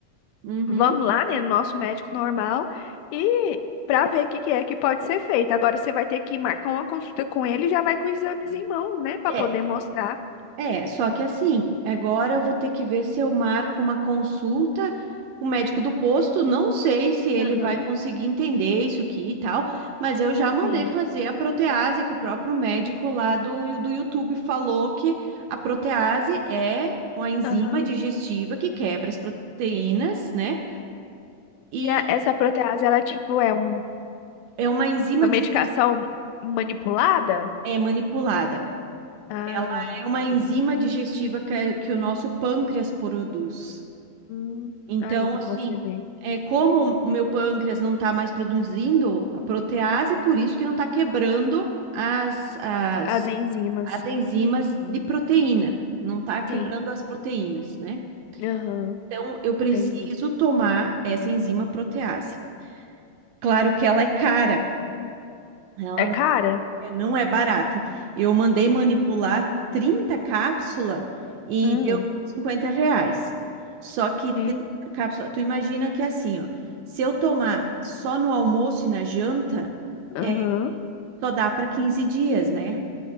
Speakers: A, on the right; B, on the left.
A: Uhum.
B: vamos lá, né, no nosso médico normal e para ver o que que é que pode ser feito. Agora você vai ter que marcar uma consulta com ele e já vai com os exames em mãos, né, para
A: É.
B: poder
A: uhum.
B: mostrar.
A: É, só que assim, agora eu vou ter que ver se eu marco uma consulta com o médico do posto. Não sei se ele
B: Aham,
A: vai conseguir entender isso aqui e tal, mas eu já mandei
B: sim.
A: fazer a protease, que o próprio médico lá do, do YouTube falou que a protease é uma enzima
B: Aham.
A: digestiva que quebra as proteínas, né? E
B: E a- essa protease, ela tipo é um-
A: é uma enzima
B: uma
A: digestiva.
B: medicação manipulada?
A: É manipulada.
B: Ah,
A: Ela
B: entendi.
A: é uma enzima digestiva que, que o nosso pâncreas produz.
B: Hum,
A: Então,
B: aí para
A: assim,
B: você ver.
A: é como o meu pâncreas não está mais produzindo a protease, por isso que não está quebrando as, as,
B: As enzimas.
A: as enzimas de proteína, não está quebrando
B: Sim.
A: as proteínas, né?
B: Aham,
A: Então, eu preciso
B: entendi.
A: tomar essa enzima protease. Claro que ela é cara, ela
B: É cara?
A: É, não é barata. Eu mandei manipular 30 cápsulas e
B: Aham.
A: deu 50 reais. Só que 30
B: Eita.
A: cápsulas, tu imagina que é assim, ó. Se eu tomar só no almoço e na janta, é,
B: Aham.
A: só dá para 15 dias, né?